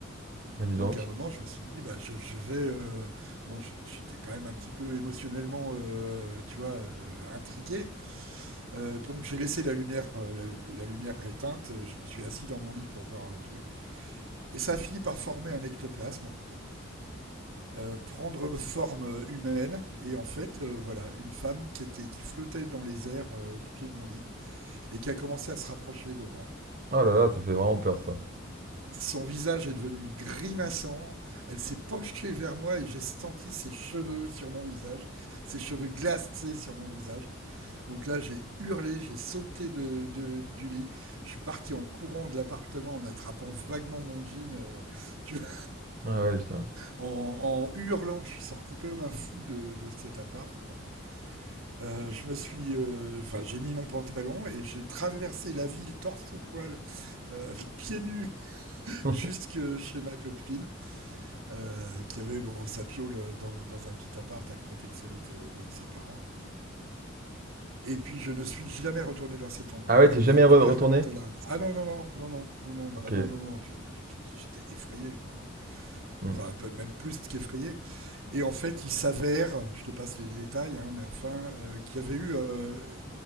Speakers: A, on the right; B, on the right.
A: Bah dis
B: Donc
A: donc.
B: à un moment, je me suis dit, bah, je, je vais... Euh, bon, j'- j'étais quand même un petit peu émotionnellement, euh, tu vois, euh, intrigué. Euh, donc j'ai laissé la lumière, euh, la, la, lumière éteinte. Je me suis assis dans mon lit pour voir le truc. Et ça a fini par former un ectoplasme. euh, prendre forme humaine et en fait euh, voilà une femme qui était qui flottait dans les airs euh, au pied de mon lit et qui a commencé à se rapprocher de moi.
A: oh là là, ça fait vraiment peur ça.
B: Son visage est devenu grimaçant, elle s'est penchée vers moi et j'ai senti ses cheveux sur mon visage, ses cheveux glacés sur mon visage. Donc là, j'ai hurlé, j'ai sauté de, de- du lit, je suis parti en courant de l'appartement en attrapant vaguement mon jean, euh, tu vois,
A: Ah ouais, putain.
B: en, en hurlant, je suis sorti comme un fou de, de cet appart, quoi. Euh, je me suis, euh, enfin, j'ai mis mon pantalon et j'ai traversé la ville torse-poil, euh, pieds nus, <laughs>
A: <laughs>
B: jusque chez ma copine, euh, qui avait bon, sa piole dans, dans un petit appart à côté de celui de, de ses parents. Et puis, je ne suis jamais retourné dans cet endroit-là.
A: Ah ouais, t'es jamais
B: Et ma
A: re-
B: mère,
A: retourné?
B: quand elle a... Ah non, non, non, non, non, non, non, bah
A: Ok.
B: non, non, non, je- j'étais j'étais effrayé, quoi.
A: Hmm.
B: Enfin, un peu- même plus qu'effrayé. Et en fait, il s'avère, je te passe les détails, hein, mais enfin, euh, qu'il y avait eu euh,